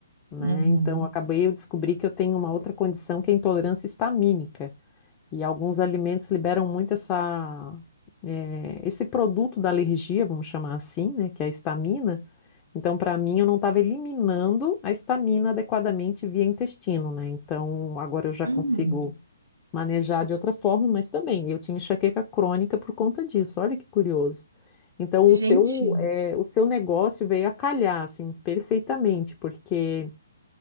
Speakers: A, on the left (about 20°); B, on the right (about 70°).
A: né?
B: Uhum.
A: Então eu acabei, eu descobri que eu tenho uma outra condição que é a intolerância histamínica. E alguns alimentos liberam muito essa, eh, esse produto da alergia, vamos chamar assim, né? Que é a histamina. Então, para mim, eu não estava eliminando a histamina adequadamente via intestino, né? Então, agora eu já
B: Hum,
A: consigo manejar de outra forma, mas também eu tinha enxaqueca crônica por conta disso. Olha que curioso. Então,
B: gente,
A: o seu, eh, o seu negócio veio a calhar, assim, perfeitamente, porque